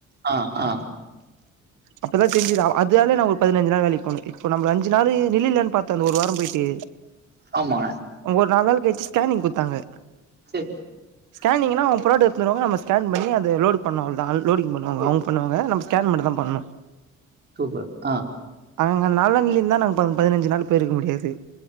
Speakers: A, on the right; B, on the right.
A: ஆ ஆ
B: அப்பதான் தெஞ்சது அதாலே நா ஒரு பதினஞ்சி நாள் வேலிக் போனே இப்ப நம் அஞ்சி நாள் வெளிளானு பாத்தே அந்த ஒரு வாரம் போயிட்டு
A: ஆமா
B: அங்க ஒரு நால் நாள் கழிச்சி ஸ்கேனிங் கொடுத்தாங்க
A: செ
B: ஸ்கேனிங் நா அவ பேர்ட் எடுத்துன்னு வருவாங்க நம்ம ஸ்கேன் பண்ணி அந்த லோட் பண்ணுவாங்ளா அ லோடிங் பண்ணுவாங்க
A: சரி.
B: அவுங் பண்ணுவாங்க நம் கேன் மட்டு தான் பண்ணு
A: சூப்பர் ஆ
B: அங்க நால்லா இலிந்தா நாங்க பதினஞ்சி நாள் போயிரு இருக்க முடியாது